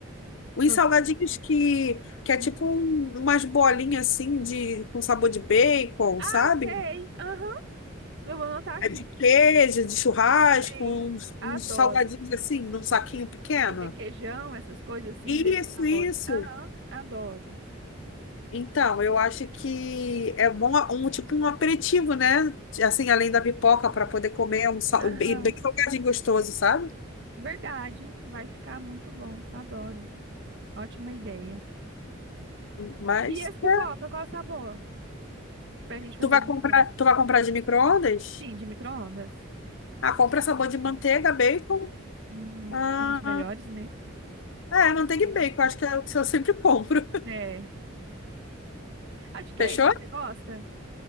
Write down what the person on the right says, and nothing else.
Tô
sem,
né?
Ah,
sei. Aham. Eu vou anotar aqui.
Sei.
Adoro.
De requeijão, essas coisas assim,
desses sabores.
Aham. Adoro.
Aham.
Verdade. Vai ficar muito bom. Adoro. Ótima ideia.
E as pipoca,
qual o sabor? Pra gente fazer
no micro-ondas.
Sim, de micro-ondas.
Uhum.
São os melhores, né?
Sim.
É. Ah, de queijo,
você gosta?